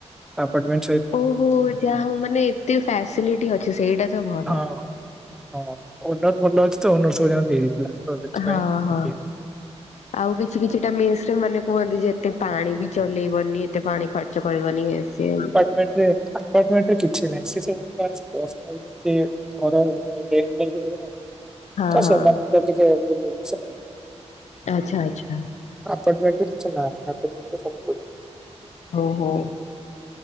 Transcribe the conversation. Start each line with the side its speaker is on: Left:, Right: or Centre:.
Centre: ଆପାର୍ଟମଣ୍ଟ।
Left: ଓହୋ ଯାହା ହଉ ମାନେ ଏତେ ଫାସିଲିଟି ଅଛି ସେଇଟା ତ ଭଲ।
Centre: ହଁ ହଁ ହଁ ଓନର ଭଲ ଅଛି ତ ଓନର ସବୁ ଯାକ ଦେଇ ଦେଇଥିଲା। ତ ସେଥିପାଇଁ
Left: ହଁ ହଁ।
Centre: ଇଏ।
Left: ଆଉ କିଛି କିଛିଟା ମେସ ରେ ମାନେ କୁହନ୍ତି ଯେ ଏତେ ପାଣି ବି ଚଲେଇବନି ଏତେ ପାଣି ଖ ଚ କରିବନି ଇଏ ସିଏ ଏମିତି।
Centre: ବେଟ୍ର ଟ୍। ପମଣ୍ଟ କିଛି ନାହିଁ ସେବୁ <unintelligible> ଘର ରେନ୍ବନ୍ତି <unintelligible>
Left: ହଁ
Centre: ତ
Left: ହଁ
Centre: ସେମାନେଙ୍କର ଟିକେ ଦି ଦିନସ
Left: ଆଛା ଆଚ୍ଛା।
Centre: ଆପାର୍ଟମେଣ୍ଟ ରେ କିଛି ନାହିଁ, ଆପାର୍ଟମେଣ୍ଟରେ ସବୁ
Left: ଓହୋ।